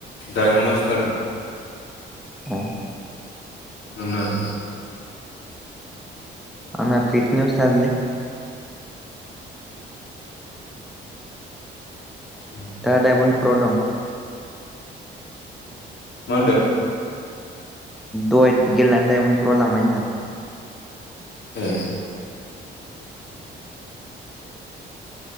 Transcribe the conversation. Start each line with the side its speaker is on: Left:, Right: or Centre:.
Left: डायमनावसो थादों।
Centre: उम
Left: नों ना लाय।
Centre: आंना पितिनायावसो थादोंलै।
Left: ए मा
Centre: आंना दडायमन्ड फ्राव दं।
Left: मा होनदों।
Centre: दहाय गेलेनानै दायमन फरावलांबाय होनदां।
Left: ए।